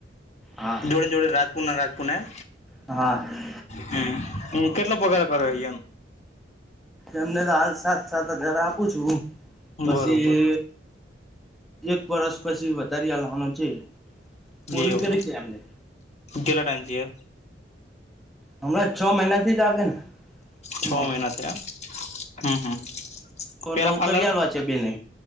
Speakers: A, in the centre; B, on the left.
A: હા
B: જોડે જોડે રાજપુરના રાજતપુ એમ
A: હા.
B: હમ, કેટલા પગારા કર્યો એમ
A: એમને તો હાલ સાત-સાત હાજર આપું છું, પછી
B: બરોબર
A: એક વરસ પછી વધારી હવાનું છે. બોલી
B: એવુ
A: કરી છે એમને
B: એમ કેટલા ટાઈમ થી એ.
A: હમણાં છ મહિનાથી જ આવે ને.
B: છ
A: માણસ
B: મહિના થમ હમ, હમ
A: તો
B: પેરા
A: નવ
B: પાર્લર
A: કરી આલવા છે બેને